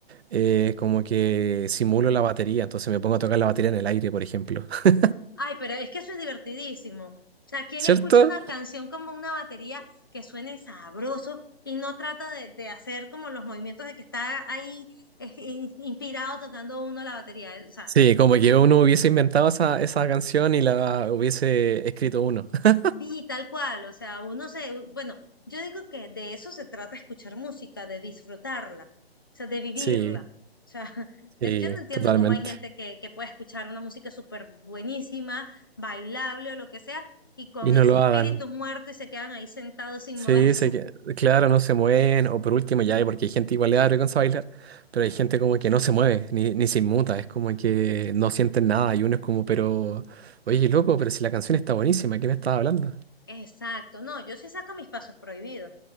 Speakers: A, on the right (about 80°); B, on the left (about 25°).
A: eh, como que simulo la batería, entonces me pongo a tocar la batería en el aire, por ejemplo. <laughs>
B: Ay, pero es que eso es divertidísimo. O sea, ¿quién
A: ¿Cierto?
B: escucha una canción como una batería que suene sabroso y no trata de, de hacer como los movimientos de que está ahí eh, in- inspirado tocando uno la batería? O sea,
A: Sí, como que uno hubiese inventado esa, esa canción y la hubiese escrito uno. <laughs>
B: Sí, tal cual, o sea, uno se, bueno, yo digo que de eso se trata escuchar música, de disfrutarla, o sea, de vivirla.
A: Sí,
B: O sea, <laughs>
A: sí,
B: es, yo no entiendo
A: totalmente.
B: cómo hay gente que, que puede escuchar una música súper buenísima, bailable o lo que sea, y con
A: Y no
B: ese
A: lo
B: espíritu
A: hagan.
B: muerto y se quedan ahí sentados sin
A: Sí,
B: <laughs> moverse.
A: se que, claro, no se mueven. O por último, ya, porque hay gente igual le da vergüenza bailar, pero hay gente como que no se mueve, ni, ni se inmuta. Es como que no sienten nada. Y uno es como, pero, oye, loco, pero si la canción está buenísima, ¿qué me estás hablando?
B: Exacto, no, yo sí saco mis pasos prohibidos,